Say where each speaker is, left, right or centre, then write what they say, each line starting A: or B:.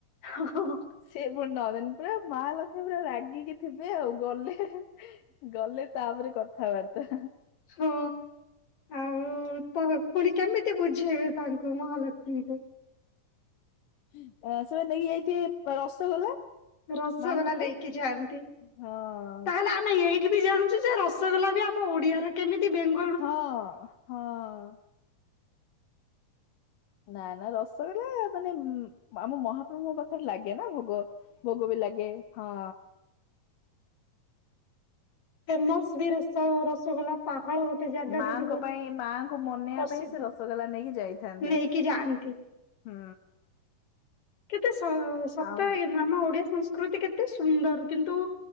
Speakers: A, on the left; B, on the left.
A: ହଁ।
B: ସେ ପୁଣି ନଅ ଦିନ ପୁରା ମାହାଲକ୍ଷ୍ମୀ ପୁରା ରାଗିକି ଥିବେ ଆଉ। ଗଲେ ଗଲେ ତାପରେ କଥାବାର୍ତ୍ତା।
A: ହଁ ଆଉ ତ ପୁଣି କେମିତି ବୁଝେଇବେ ତାଙ୍କୁ ମହାଲକ୍ଷ୍ମୀଙ୍କୁ?
B: ସେ ବା ନେଇକି ଯାଇଥିବେ ରସଗୋଲା।
A: ରସଗଲା
B: ମାଙ୍କ ପାଇଁ
A: ନେଇକି ଯାଆନ୍ତି।
B: ହଁ
A: ତାହେଲେ ଆମେ ଏଇ ବି ଜାଣୁ ଯେ ରସଗୋଲା ବି ଆମ ଓଡିଆର କେମିତି ବେଙ୍ଗ
B: ହଁ ହଁ ନା ନା ରସଗୋଲା ମାନେ ଆମ ମହାପ୍ରଭୁଙ୍କ ପାଖରେ ଲାଗେ ନା ଭୋଗ ଭୋଗ ବି ଲାଗେ। ହଁ
A: ଫେମସ୍ ବି ରସ ରସଗୋଲା ପାହାଳ ଜାଗା
B: ମାଙ୍କ
A: ଯୋଉଠି ବହୁତ
B: ପାଇଁ ମାଙ୍କୁ ମନେଇବା
A: ପ୍ରସିଦ୍ଧ
B: ପାଇଁ ସେ ରସଗୋଲା ନେଇକି ଯାଇଥାନ୍ତି।
A: ନେଇକି ଯାଆନ୍ତି।
B: ହୁଁ
A: କେତେ ସ <unintelligible>
B: ଆଉ
A: ନା ଆମ ଓଡିଆ ସଂସ୍କୃତି କେତେ ସୁନ୍ଦର। କିନ୍ତୁ